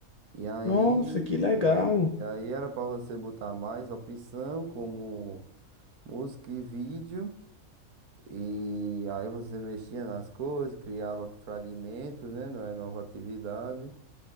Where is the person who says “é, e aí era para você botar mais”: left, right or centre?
Right